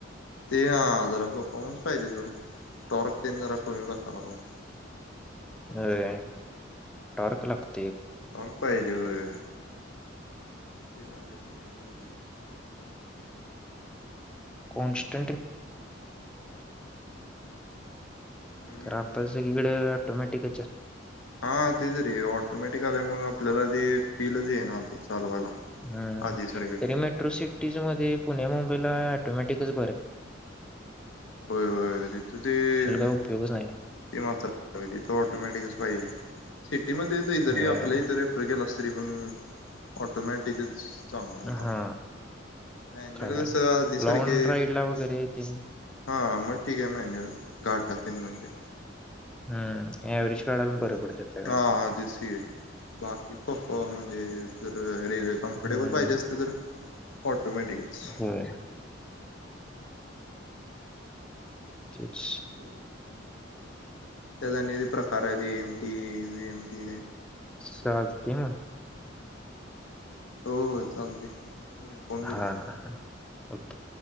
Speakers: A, on the left (about 75°); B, in the centre.
A: ते हा अं जरा परफॉर्मन्स पाहिजे सोड टॉर्क ते आणि जरा कमी बसालागलाय
B: अ टॉर्क लागतोय
A: टॉर्क पाहिजे व्हय ते झाल की काय प्रॉब्लेम नाही
B: कॉन्स्ट-
A: हम्म.
B: तर आपल्या सकडे टोमॅटिक
A: हा ते त रे ऑटोमॅटिक आल्यामु आपल्याला ते फीलच आहे ना त चालवायला.
B: हम्म
A: आधीसारखं
B: तरी मेट्रो सिटीज मध्ये पुणे मुंबई प
A: <unintelligible>
B: उपयोगच नाही
A: तरी पण
B: होय
A: ऑटोमॅटिकच चांगला आहे आता.
B: हा
A: मॅन्युअल
B: खरय
A: कसं आधी सारखे
B: लॉग रााईड ला वगैरे येतील
A: हा मग ठीक आहे मॅन्युअल घाटात ते म्हणजे
B: हम्म आवरेज काढायला बरं पडतात त्या गाड्या
A: हा दिसय बाकी प- ते जर कम्फर्टेबल
B: हम्म
A: पाहिजे असत तर पट ऑटोमॅटिक्स
B: होय
A: <unintelligible>
B: तेच
A: त्याने प्रकार आहे एमटी बी एम टी
B: चालतय म
A: हो हो चालते तुम्ही फोन
B: हा
A: करतो
B: हा हा ओके